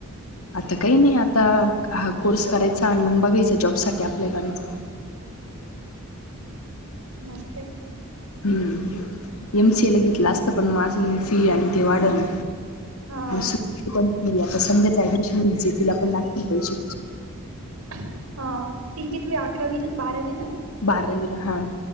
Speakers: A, on the left; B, on the right.
A: आता काही नाही आता हा कोर्स करायचा आणि म्हून बघायच जॉब साठी अप्लाय करायचा
B: हा हा मस्
A: हम्म एमसीए ला घेतलं असत पण माझ फी आणि ते वाढन
B: हा
A: आता संध्याच ऍडमिशन घ्यायची तिला पण लागतील पैसे
B: हा ती किती अकरावी बारावी ना
A: आर रवीला हा